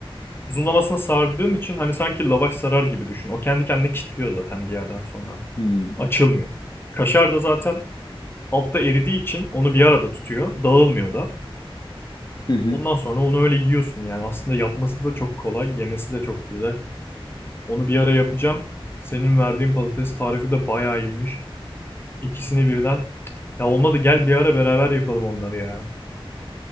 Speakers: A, on the left; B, on the left.
A: Uzunlamasına sardığın için hani sanki lavaş sarar gibi düşün. O kendi kendine kilitliyor zaten bir yerden sonra.
B: Hmm.
A: Açılmıyor. Kaşar da zaten altta eridiği için onu bir arada tutuyor. Dağılmıyor da.
B: Hı hı.
A: Ondan sonra onu öyle yiyorsun yani. Aslında yapması da çok kolay. Yemesi de çok güzel. Onu bir ara yapacağım. Senin verdiğin patates tarifi de bayağı iyiymiş. İkisini birden. Ya olmadı gel bir ara beraber yapalım onları ya.